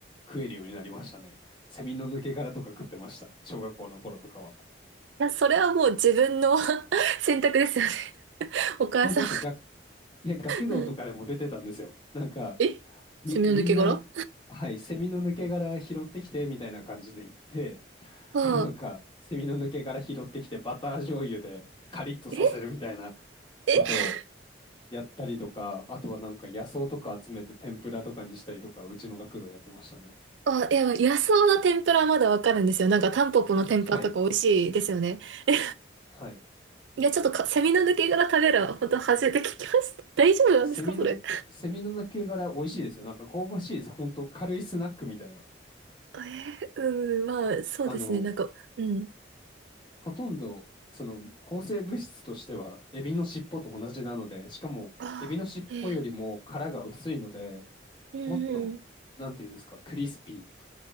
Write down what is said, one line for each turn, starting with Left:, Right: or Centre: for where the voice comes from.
Left: 食えるようになりましたね。セミの抜け殻とか食ってました。小学校の頃とかは。
Right: や、それはもう自分の <laughs> 選択ですよね。<laughs> お母様。
Left: いや、なんかが、いや、学童とかでも出てたんですよ。
Right: うん。
Left: なんか、
Right: えセミの抜け殻あ
Left: み、みんな、はい、セミの抜け殻拾ってきてみたいな感じで行って、<laughs>
Right: あ、
Left: なんか、セミの抜け殻拾ってきて、バター醤油でカリッとさせるみたいな
Right: ええ
Left: ことをやったりとか、あとはなんか野草とか集めて天ぷらとかにしたりとか、うちの学童やってましたね。
Right: あ、いや、野草の天ぷらはまだわかるんですよ。なんかタンポポの天ぷらとか美味しいですよね。
Left: はい、
Right: <laughs> え
Left: はい。
Right: いや、ちょっとか、セミの抜け殻食べるの、本当初めて聞きました。大丈夫なんですか、
Left: セミの、
Right: それ。
Left: セミの鳴け殻美味しいですよ。なんか香ばしいです。本当軽いスナックみたいな。
Right: えー、うん、まあ、そうですね。
Left: あの、
Right: なんか、うん。
Left: ほとんど、その、抗生物質としては、エビの尻尾と同じなので、しかも、
Right: ああ、
Left: エビの尻尾よりも殻が薄いので、
Right: えー、うんうん、
Left: もっと、なんていうんですか、クリスピー